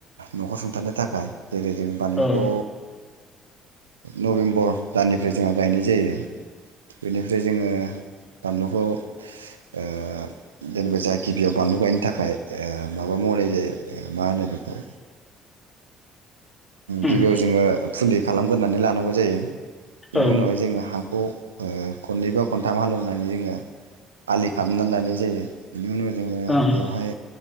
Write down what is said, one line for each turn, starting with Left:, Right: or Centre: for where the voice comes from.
Right: न'खर सुंथानो थाखाय जेरै जों बानलुखौ
Left: औ
Right: नभेम्बर दाननिफ्राय जोंहा गायनाय जायो। बेनिफ्राय जोङो बानलुखौ ओ जेनेबा जाहा गिबियाव बानलु गायनो थाखाय माबा मावनाय जायो मा होनो बेखौ
Left: उम
Right: गिबियाव जोङो फुलि खालामगोरनानै लानांगौ जायो। बेनि
Left: औ
Right: उनावहाय जोङो हाखौ खननै बा खनथाम हालेवनानै जोङो आलि खालामना लानाय जायो। बिनि उनाव जोङो
Left: ओं
Right: बेवहाय